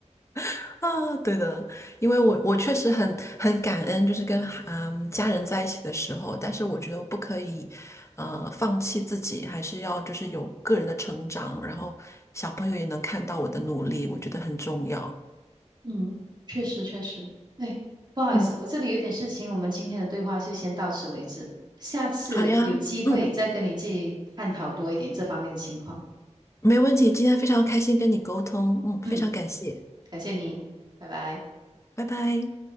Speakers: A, on the left; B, on the right.
A: <laughs> 啊！对的，因为我我确实很很感恩，就是跟嗯家人在一起的时候，但是我觉得我不可以呃放弃自己，还是要就是有个人的成长，然后小朋友也能看到我的努力，我觉得很重要。
B: 嗯，确实确实。哎，不好意思，
A: 嗯，
B: 我这里有点事情，我们今天的对话就先到此为止，下次有机会再跟你继续探讨多一点这方面的情况。
A: 好呀，嗯，没问题，今天非常开心跟你沟通，嗯，
B: 嗯，
A: 非常感谢，
B: 感谢你，拜拜。
A: 拜拜。